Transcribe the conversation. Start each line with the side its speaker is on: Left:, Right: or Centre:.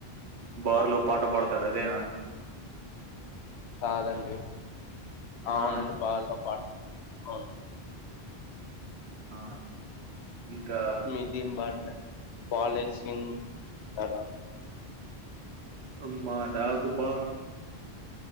Right: బారులో పాట పాడతాడు అదేనా
Left: కాదండి అవునండి
Right: ఆ
Left: బాగా పా అవును
Right: ఆ ఇంకా
Left: మీదిం బారన్నా పాలచంగ్ తారా
Right: అమ్మా నాకు బా